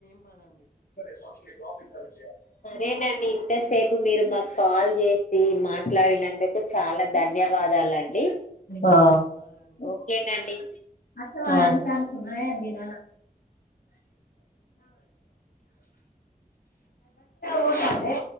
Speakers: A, on the left; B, on the left.
A: ప్రఫ <inaudible>
B: సరేనండి ఇంతసేపు మీరు మాకు కాల్ చేసి మాట్లాడిన నందుకు చాలా ధన్యవాదాలండి
A: ఆ
B: ఓకేనండి
A: అ అ బస్సులో పోతాందే